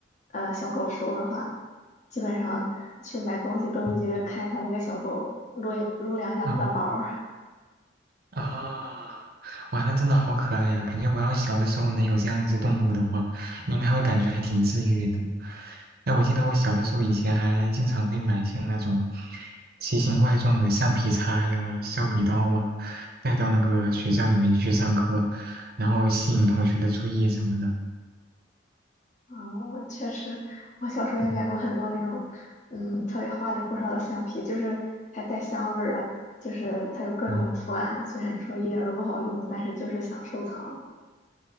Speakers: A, on the left; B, on the right.
A: 呃小狗熟的话，基本上去买东西都会去看一下那个小狗，
B: 嗯
A: 撸一撸两下它的毛。
B: 啊啊！哇，那真的好可爱呀、感觉我要小的时候能有这样一只动物的话，应该会感觉还挺治愈的。哎，我记得我小的时候以前还经常会买一些那种奇形怪状的橡皮擦呀、削笔刀啊，带到那个学校里面去上课，然后吸引同学的注意什么的。
A: 哦，确实，我小时候也买过很多那种，
B: 嗯
A: 嗯，特别花里胡哨的橡皮，就是还带香味儿的，就是它有各种图案，
B: 嗯。
A: 虽然说一点儿都不好用，但是就是想收藏。